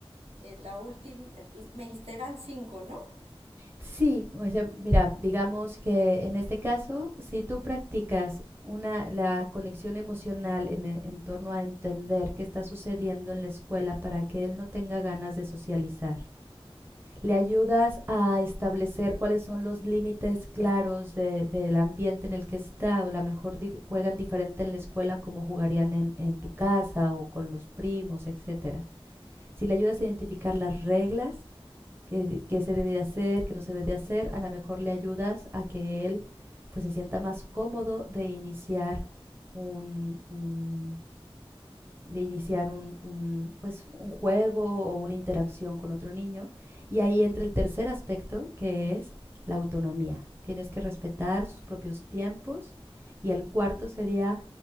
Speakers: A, on the right (about 75°); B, on the right (about 20°).
A: eh, la última, me dijiste eran cinco, ¿no?
B: Sí, o sea, mira, digamos que en este caso, si tú practicas una, la conexión emocional en, e- en torno a entender qué está sucediendo en la escuela para que él no tenga ganas de socializar, le ayudas a establecer cuáles son los límites claros de- del ambiente en el que está, o a lo mejor dif- juegan diferente en la escuela como jugarían en en tu casa o con los primos, etcétera. Si le ayudas a identificar las reglas, qué, qué se debe de hacer, qué no se debe de hacer, a lo mejor le ayudas a que él pues se sienta más cómodo de iniciar un, un de iniciar un, un, pues, un juego o una interacción con otro niño. Y ahí entra el tercer aspecto, que es la autonomía. Tienes que respetar sus propios tiempos. Y el cuarto sería